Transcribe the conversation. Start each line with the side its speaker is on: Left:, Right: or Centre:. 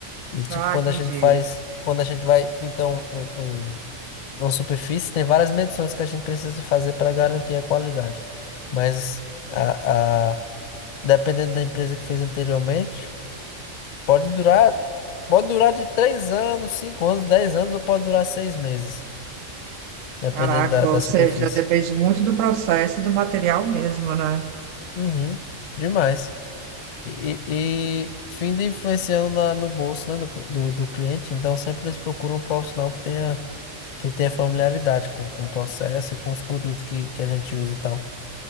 Left: E tipo,
Right: Ah,
Left: quando
Right: entendi.
Left: a gente faz, quando a gente vai pintar um, um, um- uma superfície, tem várias medições que a gente precisa fazer para garantir a qualidade. Mas a, a, dependendo da empresa que fez anteriormente. Pode durar, pode durar de 3 anos, 5 anos, 10 anos ou pode durar 6 meses, dependendo
Right: Caraca,
Left: da, da
Right: ou seja,
Left: superfície.
Right: depende muito do processo e do material mesmo, né?
Left: Uhum, demais. E, e, e finda influenciando na- no bolso, né, do, do, do cliente, então sempre eles procuram um profissional que tenha, que tenha familiaridade com, com o processo e com os produtos que, que a gente usa e tal.